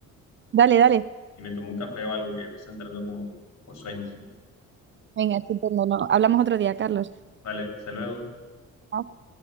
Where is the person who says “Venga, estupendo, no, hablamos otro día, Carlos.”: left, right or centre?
Right